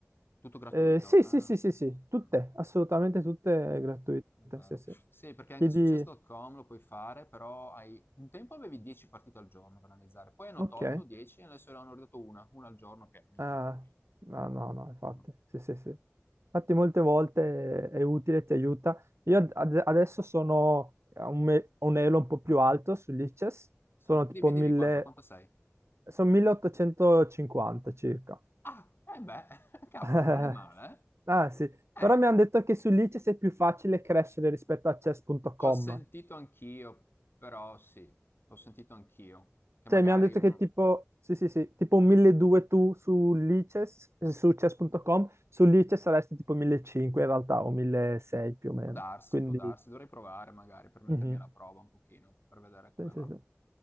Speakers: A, on the left; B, on the right.
A: tutto gratuito.
B: Eh, sì,
A: Ah,
B: sì, sì, sì, sì, tutte,
A: ah,
B: assolutamente tutte gratuite,
A: è vero.
B: sì, sì.
A: Sì, perché anche
B: Chiedi,
A: su chess.com lo puoi fare, però hai, un tempo avevi 10 partite al giorno da analizzare, poi hanno
B: ok,
A: tolto 10 e adesso ne hanno ridotto una, una al giorno che non
B: ah,
A: te ne fa niente.
B: no, no, no, infatti,
A: No.
B: sì, sì, sì. Infatti molte volte è utile, ti aiuta. Io ad- ad- adesso sono a un, me- un elo un po' più alto sull'ICES,
A: Sì?
B: sono
A: Dimmi,
B: tipo
A: dimmi,
B: 1000,
A: quanto, quanto sei?
B: sono 1850 circa.
A: Ah, eh beh, <laughs> cavolo,
B: <laughs>
A: non è male,
B: Ah sì,
A: eh?
B: però
A: Eh,
B: mi hanno detto che sull'ICES è più facile crescere rispetto a chess.com.
A: ho sentito anch'io, però sì, ho sentito anch'io, che
B: Cioè,
A: magari
B: mi hanno detto
A: uno...
B: che tipo, sì, sì, sì, tipo 1200 tu su Lices, eh, su chess.com, su Lices saresti tipo 1500 in realtà, o 1600 più o meno.
A: Può darsi,
B: Quindi,
A: può darsi, dovrei provare magari per mettermi
B: mhm.
A: alla prova un pochino, per vedere come
B: Sì,
A: va.
B: sì, sì.